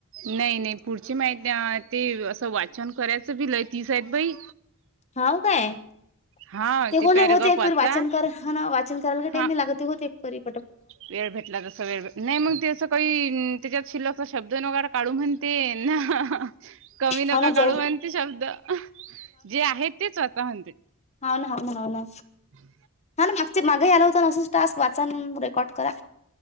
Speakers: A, on the right (about 60°); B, on the left (about 30°).
A: नाही नाही पुढची माहिती ते असं वाचन करायचं भिलय तीच आहेत बाई.
B: ह काय?
A: हा
B: ते होले
A: पॅरेग्राफ
B: होते एक
A: वाचा
B: परी वाचन कर ह वाचन करायला का
A: हा
B: टाइम मी लागत ते होते एक तरी.
A: वेळ भेटला तस वेळ. नाही मग ते असं काही त्याच्यात शिलाचा शब्द नगैरे काढू म्हणते ना. कमी नका
B: हा ना जाऊ
A: काढू म्हणते शब्द जे आहेत ते स्वतः म्हणते.
B: होननव ना.
A: हम्.
B: ह ना मागचे मागेही आला होत नसं टास्क वाचान रेकॉर्ड करा.